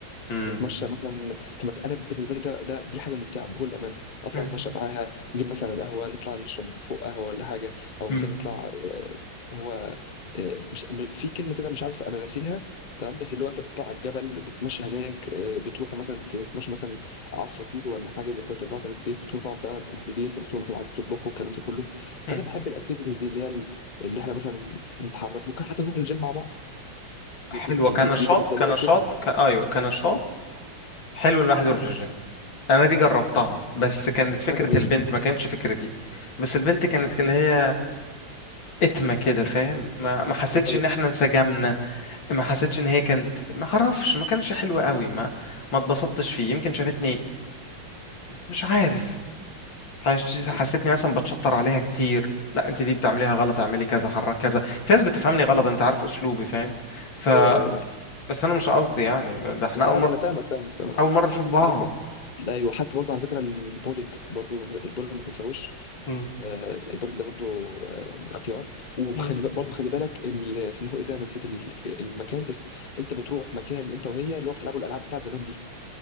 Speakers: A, on the left; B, on the left.
A: مم،
B: نتمشى مثلا في مكان انا بالنسبه لي ده, ده دي حاجه ممتعه بكل امانه نطلع
A: مم،
B: نتمشى معاها نجيب مثلا قهوه نطلع نشرب فوق قهوه ولا حاجه او
A: مم،
B: مثلا نطلع آه، هو آه، مش م- في كلمه كده مش عارف انا ناسيها تمام بس اللي هو انت بتطلع على الجبل بتتمشى هناك آه، بتروحوا مثلا تتمشوا مثلا 10 كيلو ولا حاجه زي كده وترجعوا تاني البيت بتكونوا طبعا بقى محدودين فبتكونوا مثلا عايزين تطبخوا الكلام ده كله
A: مم.
B: فانا بحب الاكتيفيتيز دي اللي هي ال- اللي احنا مثلا نتحرك ممكن حتى نروح الجيم مع بعض
A: حلوه
B: دي دي
A: كنشاط
B: دي, دي بالنسبه لي
A: كنشاط
B: اكتيفيتي
A: ك... ايوه كنشاط
B: اه
A: حلو الواحد يروح الجيم انا دي جربتها
B: اه
A: بس كانت فكره
B: حاجه جميله
A: البنت ما كانتش فكرتي بس البنت كانت
B: اه
A: اللي هي اتمة كده فاهم ما ما حسيتش
B: دي طريقة
A: ان احنا انسجمنا ما حسيتش ان هي كانت ما اعرفش ما كانش حلو قوي ما ما اتبسطتش فيه يمكن شافتني مش عارف حش-
B: امم
A: حسيتني مثلا بتشطر عليها كتير لا انت دي بتعمليها غلط اعملي كذا حرك كذا في ناس بتفهمني غلط انت عارف اسلوبي فاهم ف
B: ايوه ايوه آه.
A: بس انا مش قصدي يعني ده احنا
B: بس
A: اول
B: عادي
A: مرة
B: انا فاهمك فاهمك آه.
A: اول مرة نشوف بعض
B: على فكرة ايوه حتى برضه على فكرة البولينج برضه البولينج ما تنساهوش
A: م.
B: آه، البولينج ده برضه آه، اختيار وخلي
A: م.
B: بق- برضه خلي بالك ال- اسمه ايه ده أنا نسيت ال- المكان بس انت بتروح مكان انت وهي اللي هو بتلعبوا الالعاب بتاعت زمان دي